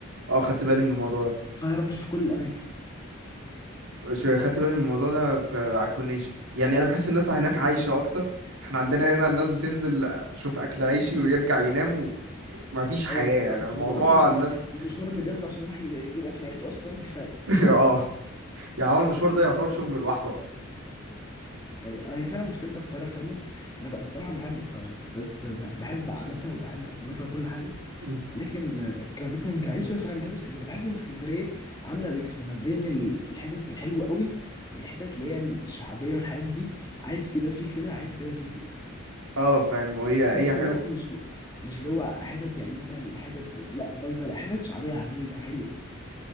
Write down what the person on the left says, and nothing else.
القاهره مش في كل الاماكن
ايوه بالظبط
هو اصلا
يعني المشوار اللي بياخده عشان يروح ي- يجيب اكل عيش اصلا كفايه
يعني هي فعلا مشكله القاهره فعلا انا بقى الصراحه انا بحب القاهره بس ب- بحب عاداتها وبحب خروجاتها وكل حاجه
لكن آه، كمثلا كعيشه فانا بحب اسكندريه بحس ان اسكندريه عامله ميكس ما بين ال- الحتت الحلوه قوي والحتت اللي هي الشعبيه والحاجات دي عايز كده في كده عايز كده في كده
في
نفس
الوقت مش مش اللي هو حتت يعني مثلا حتت لا بايظه لا حتت شعبيه عاديه حلوه